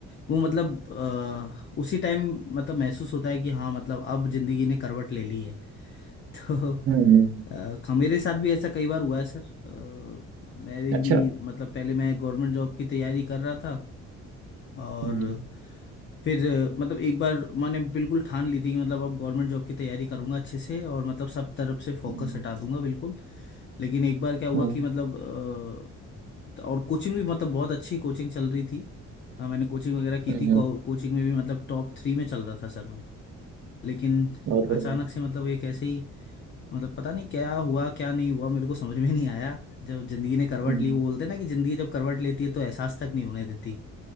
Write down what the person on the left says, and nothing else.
वो मतलब अ, उसी टाइम मतलब महसूस होता है कि हाँ मतलब अब जिंदगी ने करवट ले ली है <laughs> तो
अ, ख- मेरे साथ भी ऐसा कई बार हुआ है सर अ, मेरी
भी मतलब पहले मैं गवर्नमेंट जॉब की तैयारी कर रहा था और
फिर अ, मतलब एक बार मैंने बिल्कुल ठान ली थी कि मतलब अब गवर्नमेंट जॉब की तैयारी करूंगा अच्छे से और मतलब सब तरफ से फोकस
हटा दूंगा बिल्कुल लेकिन एक बार क्या हुआ
कि मतलब अ, और कोचिंग भी मतलब बहुत अच्छी कोचिंग चल रही थी हाँ मैंने कोचिंग वगैरह की
थी को,
कोचिंग में भी मतलब टॉप थ्री में चल रहा था सर मैं लेकिन
अचानक से मतलब एक ऐसे ही मतलब पता नहीं क्या हुआ क्या नहीं हुआ मेरे को समझ में नहीं आया जब जिंदगी ने करवट
ली वो बोलते हैं ना कि जिंदगी जब करवट लेती है तो एहसास तक नहीं होने देती